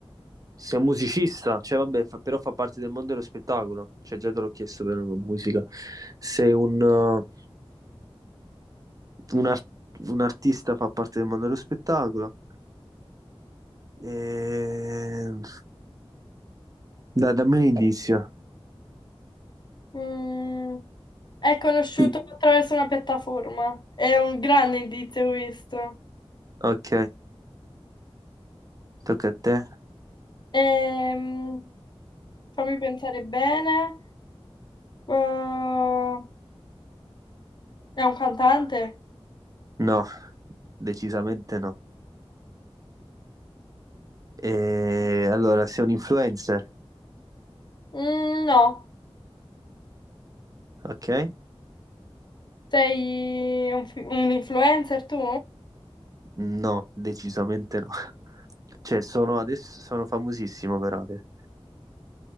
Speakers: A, on the right (about 35°); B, on the left (about 45°).
A: sei un musicista, cioè vabbè, fa- però fa parte del mondo dello spettacolo, cioè già te l'ho chiesto per la musica. Sei un, uh, un, ar- un artista, fa parte del mondo dello spettacolo. Ehm, Dai, dammi un indizio.
B: Mm, è conosciuto
A: Sì.
B: attraverso una piattaforma. È un grande indizio questo.
A: Ok, tocca a te.
B: Ehm, fammi pensare bene. Eh, è un cantante?
A: No, decisamente no. E allora, sei un influencer,
B: Mm, no.
A: ok?
B: Sei un, fi- un influencer tu?
A: No, decisamente no. Cioè, sono adesso sono famosissimo per Ade.